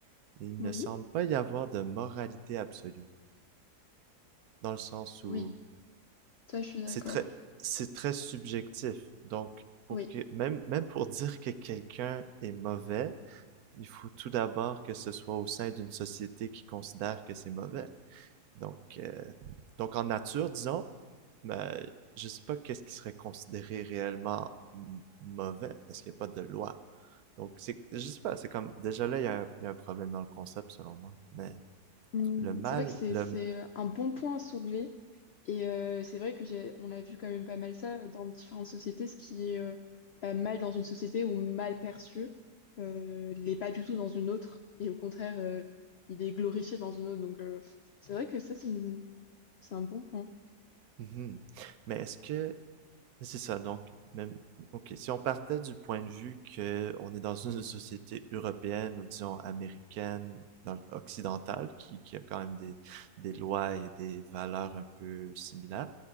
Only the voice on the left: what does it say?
Oui.
Oui, ça je suis d'accord.
Oui.
Mm,
C'est vrai que c'est
c'est euh, un bon point à soulever et euh, c'est vrai que j'ai on a vu quand même pas mal ça dans différentes sociétés ce qui est euh, euh, mal dans une société ou mal perçu euh, l'est pas du tout dans une autre et au contraire euh, il est glorifié dans une autre donc euh, c'est vrai que ça c'est une- c'est un bon point.